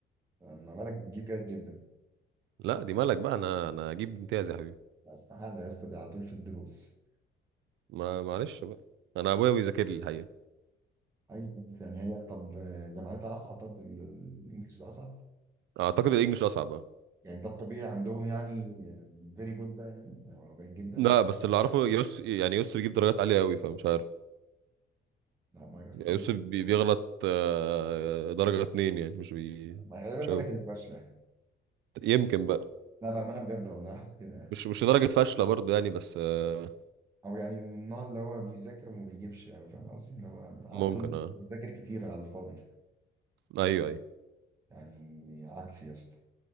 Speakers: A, on the right; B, on the right.
A: لما بالك بتجيب جيد جدا
B: لا دي مالك بقى انا انا هجيب امتياز يا حبيبي
A: لا استحاله يا اسطى دي على طول في الدروس
B: ما معلش بقى انا ابويا بيذاكر لي الحقيقه
A: اي حد يعني هي طب جامعتها اصعب طب ال- الانجليش ده اصعب
B: اعتقد الانجليش اصعب بقى
A: يعني ده الطبيعي عندهم يعني فيري جود ده يعني أو جيد جدا
B: لا بس اللي اعرفه يوس يعني يوس بيجيب درجات عاليه قوي فمش عارف
A: لا ما يوصل
B: يعني يوس بي- بيغلط آه، درجه اتنين يعني مش بي
A: ما غالبا
B: مش
A: مالك
B: قوي
A: اللي فاشله
B: يمكن بقى
A: لا بأمانة بجد والله حاسس كده يعني
B: مش مش درجه فاشله برضه يعني بس آه،
A: أو يعني من النوع اللي هو بيذاكر وما بيجيبش أوي فاهم قصدي اللي هو على
B: ممكن
A: طول
B: اه
A: بيذاكر كتير على الفاضي
B: ايوه ايوه
A: يعني عكسي يا اسطى